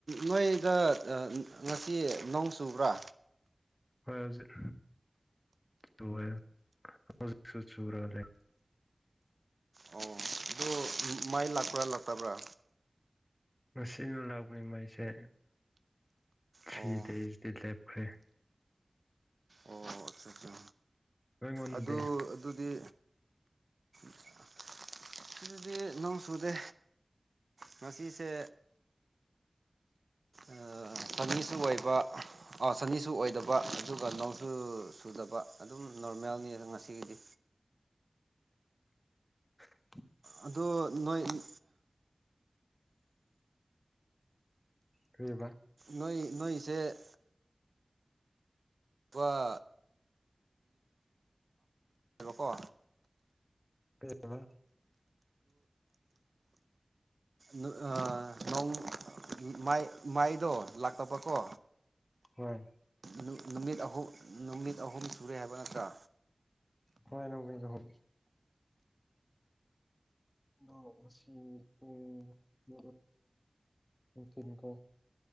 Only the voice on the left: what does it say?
ꯈꯣꯏ ꯍꯧꯖꯤꯛ ꯂꯣꯢꯔꯦ ꯍꯧꯖꯤꯛꯁꯨ ꯆꯨꯔꯒ ꯂꯩ
ꯃꯁꯤꯅ ꯂꯥꯛꯄꯅꯤ ꯃꯩꯁꯦ ꯊ꯭ꯔꯤ
ꯗꯦꯁꯗꯤ ꯂꯦꯞꯈ꯭ꯔꯦ
ꯅꯣꯏꯉꯣꯟꯗꯗꯤ
ꯎꯝ
ꯀ꯭ꯔꯤꯕ
ꯀꯩ ꯍꯥꯏꯕ
ꯍꯣꯏ
ꯍꯣꯏ ꯅꯨꯃꯤꯠ ꯑꯍꯨꯝ <unintelligible> ꯅꯨꯡꯊꯤꯟ ꯀꯣ